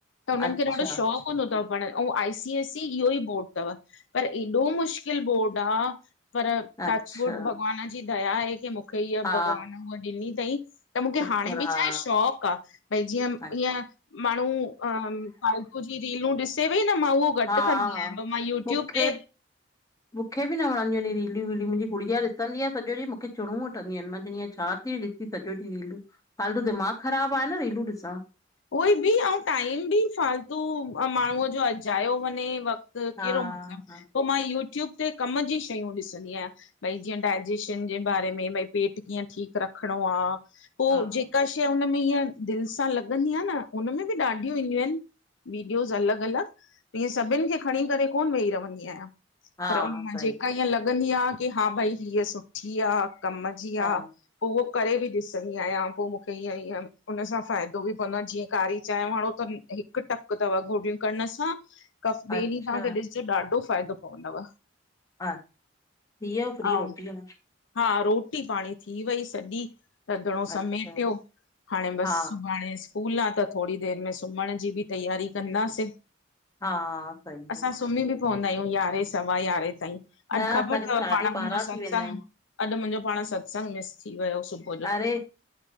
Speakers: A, on the left; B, on the left.
A: त हुननि
B: अच्छा
A: खे ॾाढो शौंक़ु
B: अच्छा
A: हूंदो तव पढ़ अउं आईसी एस ई इहो ई बोर्ड तव, पर एॾो मुश्किलु बोर्ड आ पर टचवुढ
B: अच्छा
A: भॻवान जी दया आहे, की मूंखे इअ
B: हा
A: भॻवान हूअ ॾिनी तईं त मूंखे
B: शुखुर
A: हाणे बि
B: हा
A: छाहे शौक़ु आ, भई जीअं
B: अच्छा
A: ईअं माण्हू अ फालतू जी रीलूं ॾिसे वेई न मां उह घटि
B: हा
A: कंदी
B: हा
A: आहियां, पर मां यूट्यूब
B: मूंखे
A: ते
B: मूंखे बि न वणंदियूंइन रीलू वीलू, मुंहिंजी गुड़िया ॾिसंदी आ सॼो ॾींहुं मूंखे चीणूं वठंदी आहिनि, मांंचवंदीयां छा ती ॾिसी सॼो ॾीहु रीलूं फ़ालतू दिमाग़ ख़राबु आ न रीलूं ॾिसण।
A: ओइ बि अउं टाइम बि फालतू माण्हूअ जो अजायो वञे वक़्त त
B: हा
A: कहिड़ो मतिलबु?
B: हा
A: पो मां यूट्यूब ते कम जी शयूं ॾिसंदी आहियां। भई जीअं डायजेशन जे बारे में, भई पेट कीअं ठीकु रखिणो आ? पो
B: हा
A: जेका शइ हुनमें ईअं दिलि सां लॻंदी आ न, उनमें बि ॾाढियूं ईंदियूं आहिनि। वीडियोस अलॻि अलॻि ईअं सभिनि खे खणी करे कोन वेही रवंदी आहियां।
B: हा
A: पर हुन मां
B: सही
A: जेका ईअं लॻंदी आ, की हा भई हीअ सुठी आ कमु जी आ
B: हा
A: पो उह करे बि ॾिसंदी आहियां, पो मूंखे ईअं ईअं उन सां फ़ाइदो बि जीअं कारी चांहि वारणो त हिकु टक तव गोरियूं करण सां कफ ॿिए
B: अच्छा
A: ॾींहुं खां त ॾिसजो ॾाढो फ़ाइदो पवंदव।
B: हा थी व्यय
A: ऐं
B: फ्री रोटी मां?
A: हा, रोटी पाणी थी वई सॼी। रधिणो
B: अच्छा
A: समेटियो हाणे बसि
B: हा
A: सुभाणे स्कूल आ त थोड़ी देरि में सुमहण जी बि तैयारी कंदासि।
B: हा सही
A: असां
B: आहे
A: सुम्ही बि पवंदा आहियूं, यारहें सवा यारहें ताईं। अॼु
B: न
A: ख़बर
B: असांखे
A: तव
B: त साढी
A: पाण मुंहिंजो
B: ॿारहां
A: सत्संग,
B: थी वेंदा आहिनि
A: अॼु मुंहिंजो पाण सत्संग मिस थी वियो सुबु
B: अरे